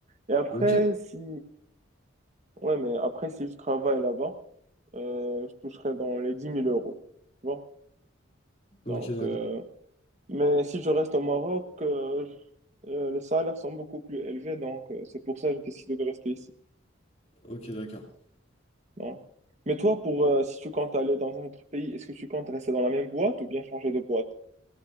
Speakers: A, on the right; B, on the left.
A: Et après,
B: Ok.
A: si, ouais, mais après, si je travaille là-bas, euh, je toucherai dans les 10 000 euros. Tu vois?
B: Ok,
A: Donc,
B: d'accord.
A: euh, mais si je reste au Maroc, euh, euh, les salaires sont beaucoup plus élevés, donc euh, c'est pour ça que j'ai décidé de rester ici.
B: Ok, d'accord.
A: Donc. Mais toi, pour euh, si tu comptes aller dans un autre pays, est-ce que tu comptes rester dans la même boîte ou bien changer de boîte?